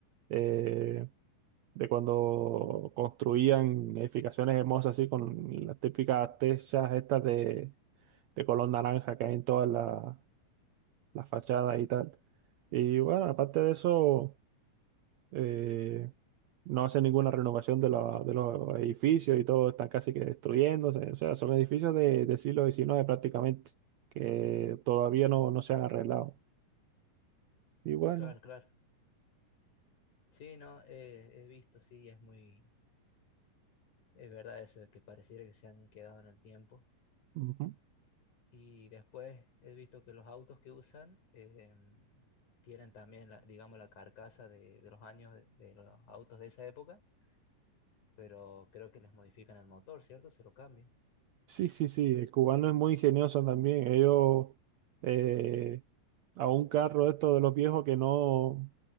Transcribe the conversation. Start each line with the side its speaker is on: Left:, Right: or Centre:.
Right: Eh, de cuando construían edificaciones hermosas así con las típicas techas estas de, de color naranja que hay en todas las las fachadas y tal. Y bueno, aparte de eso, eh, no hacen ninguna renovación de, la- de los edificios y todo están casi que destruyéndose. O sea, son edificios de, de siglo XIX prácticamente, que todavía no, no se han arreglado. Y bueno,
Left: Claro, claro. Sí, no, eh, he visto, sí, es muy, es verdad eso de que pareciera que se han quedado en el tiempo.
Right: ujú.
Left: Y después he visto que los autos que usan em, tienen también, la, digamos, la carcasa de, de los años de, de los autos de esa época, pero creo que les modifican el motor, ¿cierto? Se lo cambian.
Right: Sí, sí, sí, el cubano es muy ingenioso también. Ellos eh, a un carro esto de los viejos que no,